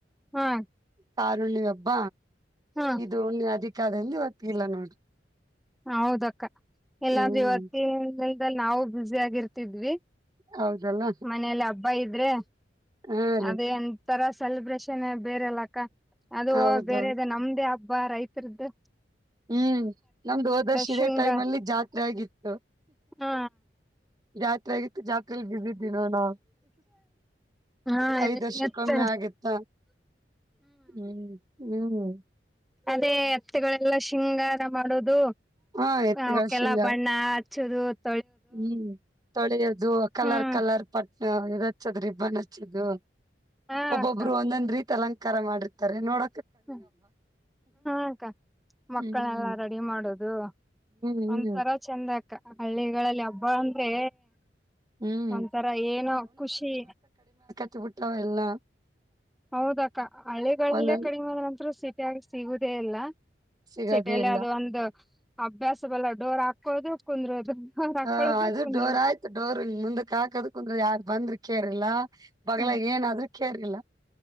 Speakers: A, in the centre; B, on the right.
A: ಹಾ
B: ತಾರುಣಿ ಹಬ್ಬ.
A: ಹಾ
B: ಇದು ಹುಣ್ಣಿ ಅದಿ ಕದಿಲ್ಲಿ ಇವತ್ಗ್ ಇಲ್ಲ ನೋಡ್.
A: ಹೌದಕ್ಕ ಇಲ್ಲಂದ್ರೆ
B: ಹ್ಮ್
A: ಇವತ್ತೆ. <unintelligible> ದಲ್ ನಾವು ಬಿಝಿ ಆಗ್ ಇರ್ತಿದ್ವಿ.
B: ಹೌದಲ್ಲ
A: ಮನೇಲಿ ಹಬ್ಬ ಇದ್ರೆ
B: ಹಾ ರೀ
A: ಅದೇ ಅಂ ತರಾ ಸೆಲೆಬ್ರೇಷನ್ನೆ ಬೇರೆ ಎಲ್ಲಾಕ್ಕ. ಅದು
B: ಹೌದೌದು
A: ಬೇರೆದೆ ನಮ್ದೇ ಹಬ್ ಬಾ ರೈತರದ್ದ.
B: ಹ್ಮ್ ನಮ್ದ ದೋದರ್ಶ ಇದೇ
A: ಶೃಂಗಾರ
B: ಟೈಮ್ ಅಲ್ಲಿ ಜಾತ್ರೆ ಆಗಿತ್ತು
A: ಹಾ
B: ರಾತ್ರಿ ಆಗಿತ್ತು ಜಾತ್ಲಿ ಬಿಸಿದ್ದನೋ ನಾ
A: ಹಾ
B: ಐದ್ ವರ್ಷ
A: ಎತ್ತ
B: ಕಮ್ಮಿ ಆಗತ್ತ ಹ್ಮ್ ಹ್ಮ್
A: ಅದೇ ಹತ್ತಿಗಳೆಲ್ಲ ಶೃಂಗಾರ ಮಾಡೋದು
B: ಹಾ ಎತ್ತುಗಳ
A: ಹಕಲ್ಲ
B: ಶೃಂಗಾರ
A: <unintelligible> ಬಣ್ಣ ಚದು <unintelligible>
B: ಹ್ಮ್ ತೊಳೆಯೋದು ಕಲರ್
A: ಹ್ಮ್
B: ಕಲರ್ ಪಟ್ಟ ಹಾ ಎ <unintelligible> ಹಚ್ಚದ್ರ ಇಬ್ಬನ್ ಹಚ್ಚದು
A: ಹ
B: ಒಬ್ಬೊಬ್ರು
A: ಅಕ್ಕ
B: ಒಂದೊಂದ್ ರೀತಿ ಅಲಂಕಾರ ಕಾರ ಮಾಡಿರ್ತಾರೆ ನೋಡ
A: ಹ್ಮ ಹಕ್ಕ ಮಕ್ಕಳೆಲ್ಲಾ
B: ಹ್ಮ್
A: ರೆಡಿ ಮಾಡುದು ಅದು
B: ಹ್ಮ್
A: ಒಂ ತರ ಚಂದ ಆಗ್ತ ಹಳ್ಳಿಗಳಲ್ಲಿ ಹಬ್ಬ ಅಂದ್ರೆ
B: ಹ್ಮ್
A: ಒಂಂತರ ಏನೋ ಖುಷಿ
B: ಕುತ್ತುಬಟ್ಟಾವ ಎಲ್ಲ
A: ಹೌದಕ್ಕ ಹಳ್ಳಿಗಳಲ್ಲೇ
B: ಒಂದೊಂದ್
A: ಕಡಿಮೆ ಆದ ನಂತರ ಸಿಟಿಯಾಗಿ ಸಿಗುದೇ ಇಲ್ಲ
B: ಸಿಗದೇ
A: ಸಿಟಿಯಲ್ಲಿ
B: ಇಲ್ಲ
A: ಅದು ಒಂದು ಅಭ್ಯಾಸ ಬಲ್ಲ ಡೋರ್ ಹಾಕೋದು ಕುಂದ್ರೋದು ಡೋರ್ ಹಾಕೊಳ್ಳೋದು
B: ಹ ಅದು
A: ಕುಂದ್ರೋದು
B: ಡೋರ್ ಆಯ್ತು ಡೋರ್ ಮುಂದಕ್ ಹಾಕದ ಕುಂದ್ರ ಯಾರ್ ಬಂದ್ರಿ ಕೇರಳ ಬಗ್ಲ
A: ಹ್ಮ್
B: ಏನಾದ್ರೂ ಕೇಡಗಾಲ